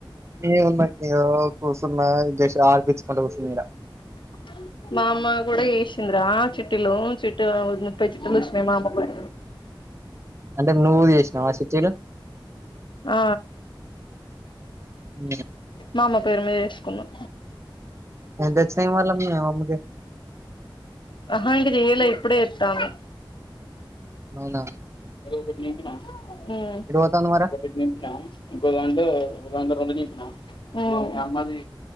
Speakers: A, on the right (about 35°); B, on the left (about 65°).
A: ఏ ముందక్క ఇగ కూసున్నా జర్స్ ఆడ్పించుకుంటా కూసునీడా
B: <inaudible> మా అమ్మ గూడా ఏషిందిరా చీట్టీలు చిట్టి ముప్పై చీట్టీలు వచ్చినాయి మా అమ్మకు గూడా
A: అంటే నువ్వు జేసినావా చీట్టీలు
B: ఆ
A: ఉమ్
B: మా అమ్మ పేరు మీద యేసుకున్నాం
A: ఎంత వచ్చినయ్ మళ్ళ మీ అమ్మకి
B: అహా ఇంక జేయలే ఇప్పుడే చెప్తాన్నా
A: అవునా
B: అదొకటి నింపిన ఉమ్
A: ఎటు పోతాంది మరి
B: ఒకటి నింపిన ఇంకో దాంట్లో ఒకదాంట్లో రెండు నింపిన ఉమ్ మీ అమ్మది